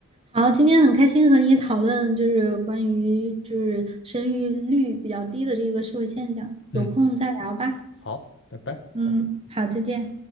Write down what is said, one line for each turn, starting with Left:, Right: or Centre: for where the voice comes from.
Right: 好，今天很开心和你讨论就是关于就是生育率比较低的这个社会现象，
Left: 嗯，
Right: 有空再聊吧。
Left: 好，拜拜。
Right: 嗯，好，再见。